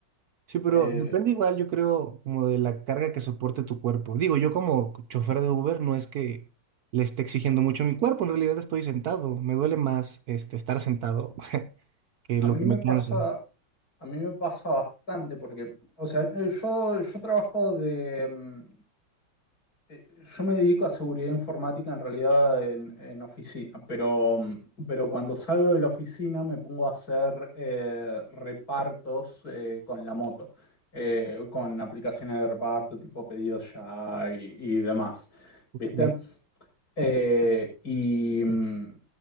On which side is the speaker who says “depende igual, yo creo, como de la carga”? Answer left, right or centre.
Right